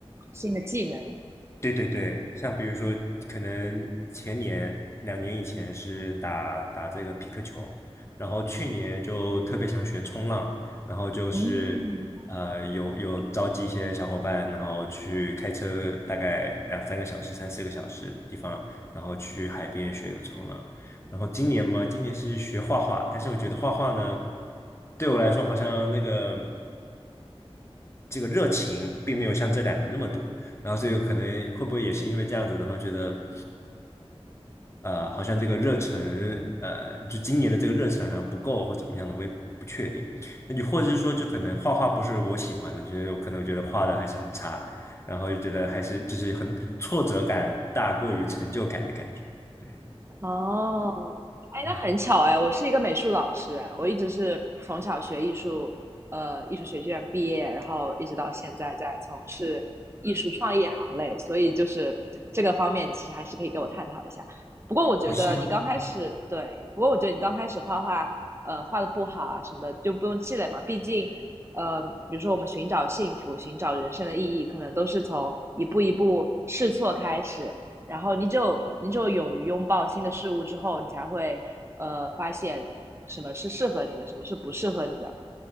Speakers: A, on the right (about 25°); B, on the left (about 25°).
A: 新的技能。
B: 对对对，像比如说，可能前年两年以前是打打这个皮克球，然后去年就特别想学冲浪，然后就是呃有有召集一些小伙伴，
A: 嗯
B: 然后去开车大概两三个小时、三四个小时的地方，然后去海边学个冲浪。然后今年嘛，今年是学画画，但是我觉得画画呢，对我来说好像那个。这个热情并没有像这两个那么多，然后所以可能会不会也是因为这样子，然后觉得呃好像这个热忱呃就今年的这个热忱好像不够或怎么样的，我也不确定。那你或者是说就可能画画不是我喜欢的，就是我可能觉得画的还是很差，然后就觉得还是就是很挫折感大过于成就感的感觉。对，
A: 哦，哎，那很巧哎，
B: 嗯，
A: 我是一个美术老师哎，我一直是从小学艺术，呃，艺术学院毕业，然后一直到现在在从事艺术创业行类，所以就是这个方面，你其实还是可以给我探讨一下。不过我觉得你刚开始，
B: 哦，是吗？
A: 对，不过我觉得你刚开始画画，呃，画的不好啊什么的，就不用气馁嘛，毕竟。呃，比如说我们寻找幸福、寻找人生的意义，可能都是从一步一步试错开始，然后你只有你只有勇于拥抱新的事物之后，你才会呃发现什么是适合你的，什么是不适合你的。